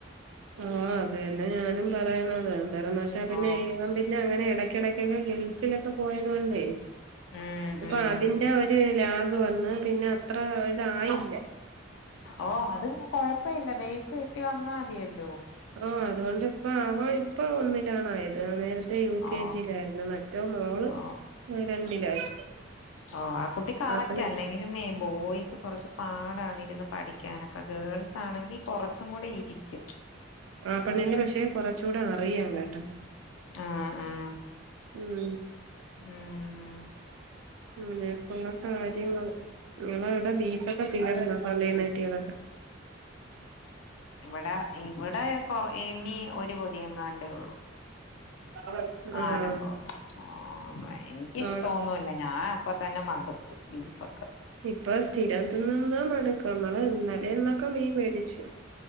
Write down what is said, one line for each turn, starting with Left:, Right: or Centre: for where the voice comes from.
Right: ആ അത് തന്നെ ഞാനും പറയണത് എന്തരം ന <unintelligible>
Left: ഓ
Right: പിന്നെ <unintelligible> അങ്ങനെ ഇടയ്ക്കിടക്കൊക്കെ ഗൾഫിലൊക്കെ പോയത് കൊണ്ടേ
Left: ഉം
Right: അപ്പൊ
Left: ഉം
Right: അതിന്റെ ഒരു ലാഗ് വന്ന് പിന്നെ അത്ര ഇതായില്ല.
Left: ഓ അത് കൊഴപ്പല്ല ബേസ് കിട്ടി വന്നാ തിയല്ലോ
Right: ഓ അതൊണ്ട് ആഹ് അവൻ ഇപ്പൊ ഒന്നിലാണയത് നേരത്തെ യു
Left: ഓ
Right: കെ ജി ലായിരുന്നു മറ്റെ മോള്
Left: ഓ
Right: രണ്ടിലായിരുന്നു
Left: ഓ ആ കുട്ടി കറക്റ്റ്
Right: അപ്പ
Left: അല്ലെങ്കിലും ബോയ്സ് കുറച്ച് പാടാണ് പഠിക്കാനൊക്കെ ഗേൾസ് ആണെങ്കിൽ കുറച്ചും കൂടെ ഇരിക്കും.
Right: ആഹ് പെണ്ണിന്റെ വിഷയം കുറച്ചൂട <unintelligible>
Left: ആഹ് ആഹ്
Right: ഉം
Left: ഉം
Right: <unintelligible> കാരി ങ്ങൾ നിങ്ങള വിടെ ബീ <unintelligible> തീർന്നോ പള്ളീന്ന് കിട്ടിയതൊക്കെ
Left: ഇവിടെ ഇവിടെ കൊറ ഇനി ഒരു പൊതി തിയ്യങ്ങാണ്ടേ ഉള്ളൂ
Right: ആഹ്
Left: ആലങ്കോട്ട ആഹ് ബൈ എനിക്കിഷ്ടൊന്നുല്ല
Right: ആടെ
Left: ഞാൻ അപ്പ തന്നെ മടു ബീഫോകെ
Right: ഇപ്പൊ സ്ഥിര ത്തിന്നന്നാ മടക്കും അതല്ല തലേന്നൊക്കെ മീൻ മേടിച്ചു